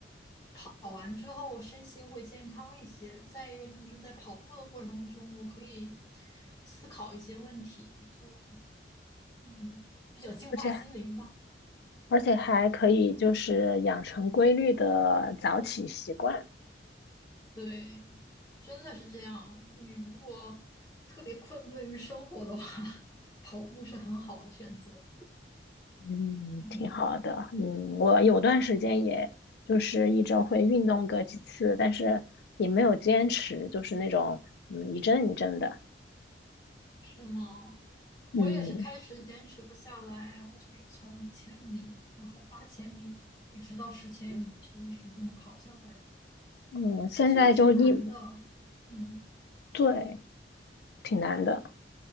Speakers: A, on the left; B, on the left.
A: 跑完之后身心会健康一些。再一个就是在跑步的过程中，我可以思考一些问题，就嗯，比较净化心灵吧。
B: 而且而且还可以就是养成规律的早起习惯。
A: 对，真的是这样。你如果特别困顿于生活的话，<laughs> 跑步是很好的选择。
B: 嗯，
A: 嗯。
B: 挺好的。嗯，我有段时间也就是一周会运动个几次，但是也没有坚持，就是那种嗯一阵一阵的。
A: 是吗？
B: 嗯
A: 我也是开始坚持不下来，我就是从五千米，然后八千米，一直到十千米，就一直这么跑下来，
B: 嗯，现在就一，
A: 其实挺难的，嗯，
B: 对，挺难的。